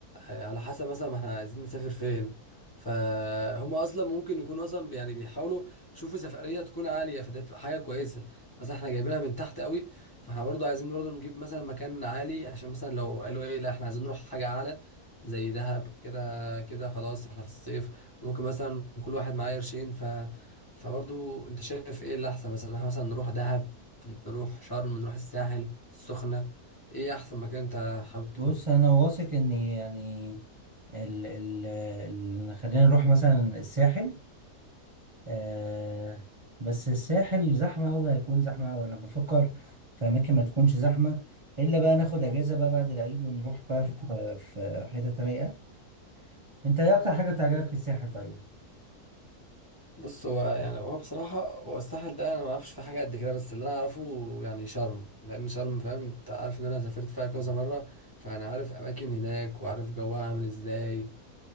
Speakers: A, on the left; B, on the right.
A: آه، على حسب مثلا ما إحنا عايزين نسافر فين فهم أصلا ممكن يكونوا أصلا بي- يعني بيحاولوا يشوفوا سفرية تكون عالية فده تبقى حاجة كويسة مثلا إحنا جايبينها من تحت قوي فإحنا برضه عايزين برضه نجيب مثلا مكان عالي عشان مثلا لو قالوا إيه لا إحنا عايزين نروح حاجة أعلى زي دهب كده كده خلاص إحنا في الصيف ممكن مثلا كل واحد معاه قرشين ف فبرضو انت شايف ايه اللي احسن مثلا احنا مثلا نروح دهب نروح شرم نروح الساحل السخنة ايه احسن مكان انت حابب تروح
B: بص انا واثق ان يعني ال ال ال خلينا نروح مثلا الساحل آه بس الساحل زحمة أوي هيكون زحمة أوي أنا بفكر في أماكن ما تكونش زحمة إلا بقى ناخد أجازة بقى بعد العيد ونروح بقى في في حتة رايقة أنت إيه أكتر حاجة بتعجبك في الساحل طيب؟
A: بص هو يعني هو بصراحة هو الساحل ده انا ما اعرفش في حاجة قد كده بس اللي انا اعرفه يعني شرم لان شرم فاهم انت عارف ان انا سافرت فيها كذا مرة فانا عارف اماكن هناك وعارف جوها عامل ازاي